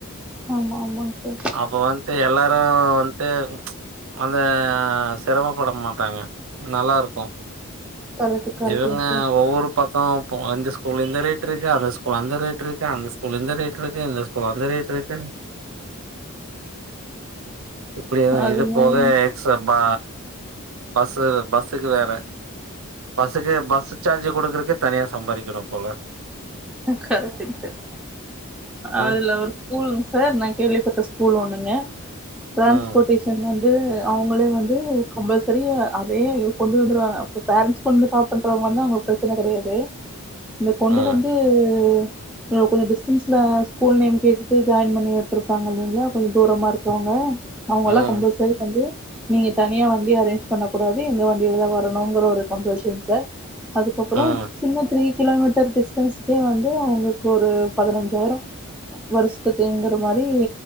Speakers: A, in the centre; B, on the right.
A: ஆமா ஆமாங்க சார்
B: அப்ப வண்ட்டு எல்லாரும் வண்ட்டு அந்த சிரமப்பட மாட்டாங்க நல்லா இருக்கும்
A: கரெக்ட் கரெக்டுங்க
B: இவுங்க
A: சார்
B: ஒவ்வொரு பக் இப்ப <unintelligible> இந்த ஸ்கூல்ல இருந்த ரேட் இருக்கு அந்த ஸ்கூல இருந்த ரேட் இருக்கு அந்த ஸ்கூல இருந்த ரேட் இருக்கு இந்த ஸ்கூல ரேட் இருக்கு <inaudible> இப்படியே
A: அது
B: இது
A: என்னங்க
B: போக எக்ஸாம் பா பஸ்ஸு பஸ்ஸுக்கு வேற பஸ்ஸுக்கு பஸ்ஸு சார்ஜு கொடுக்குறக்கே தனியாக சம்பாதிக்கணும் போல
A: கரக்டங்க சார்
B: ம்
A: அதுல ஒரு ஸ்கூலுங்க சார் கேள்விப்பட்ட ஸ்கூல் ஒண்ணுங்க டிரான்ஸ்போரட்டேஷன்
B: ம்
A: வந்து அவங்களே வந்து கம்பல்சரி அதே கொண்டு வந்துவா பேர்ஸ் கொண்டு ட்ராப் பண்றவங்க வந்து அவங்களுக்கு பிரச்சனை கிடையாது இந்த கொண்டு
B: ம்
A: வந்து <unintelligible> கொஞ்சம் டிஸ்டன்ஸ்ல ஸ்கூல் நேம் கேட்டுட்டு ஜாயின் பண்ணி விட்டுருப்பாங்க இல்லைங்களா கொஞ்சம் தூரமா இருக்கவங்க அவங்க
B: ம்
A: எல்லாம் கம்பல்சரி வந்து நீங்க தனியா வண்டி அரேஞ்ச் பண்ண கூடாது எந்த வண்டியிலதான் வரணுங்கற ஒரு கம்பல்ஷன் சார் அதுக்கப்புறம்
B: ம்
A: சின்ன த்ரீ கிலோ மீட்டர் டிஸ் டிஸ்ன்ஸ்கே வந்து அவங்களுக்கு ஒரு பதினஞ்சாயிரம் வருஷத்துக்குங்கிற மாரி